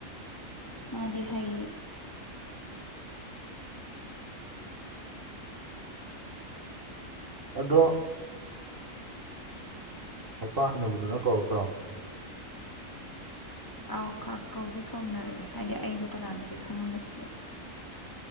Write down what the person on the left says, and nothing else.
ꯃꯥꯗꯤꯦ ꯍꯥꯏ
ꯑꯥꯎ ꯀꯧꯗꯤ ꯀꯧꯅꯔꯛꯑꯦ ꯍꯥꯏꯗꯤ ꯑꯩꯗꯣ ꯀꯅꯥꯅꯣꯗꯤ ꯈꯪꯉꯝꯕꯒꯦ